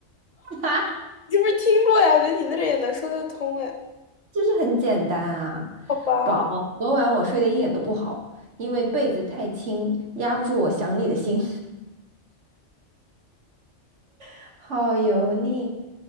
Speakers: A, on the right (about 70°); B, on the left (about 35°).
A: <laughs>。
B: 你是不是听过呀？我觉得你那个也能说得通哎。
A: 就是很简单啊。
B: 好吧，
A: 宝，昨晚我睡得一点都不好，因为被子太轻，压不住我想你的心。<laughs> 好油腻